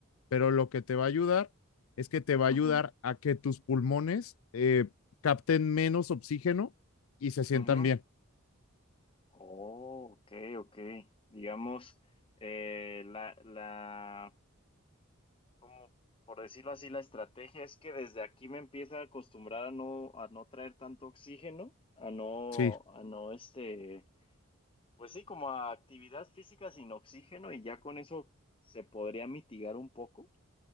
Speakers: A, on the left; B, on the left.
A: pero lo que te va a ayudar es que te va
B: ujú,
A: a ayudar a que tus pulmones eh, capten menos oxígeno y se sientan
B: ujú.
A: bien.
B: Oh, ok, ok. Digamos, eh, la, la como por decirlo así, la estrategia es que desde aquí me empieza a acostumbrar a no, a no traer tanto oxígeno, a no,
A: Sí.
B: a no este, pues sí, como a actividad física sin oxígeno y ya con eso se podría mitigar un poco.